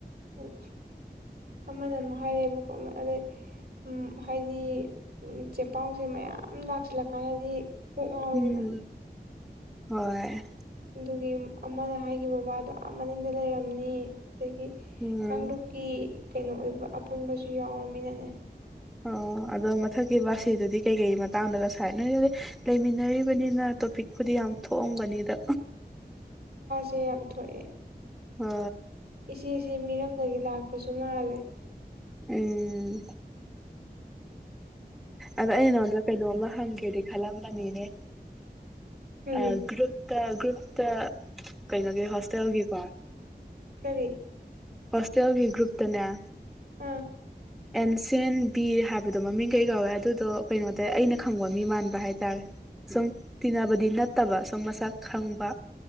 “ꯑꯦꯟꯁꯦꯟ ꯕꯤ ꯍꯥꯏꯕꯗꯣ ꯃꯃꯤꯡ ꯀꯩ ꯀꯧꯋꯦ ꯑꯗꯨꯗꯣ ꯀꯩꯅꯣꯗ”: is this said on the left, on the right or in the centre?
Centre